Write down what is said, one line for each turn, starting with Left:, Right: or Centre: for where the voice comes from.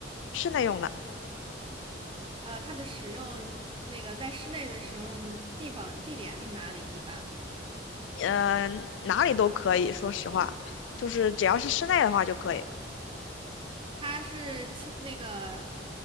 Left: 室内用的。
Right: 呃，它的使用那个在室内的使用地方地点是哪里？一般
Left: 呃，哪里都可以，说实话，就是只要是室内的话就可以。
Right: 它是轻那个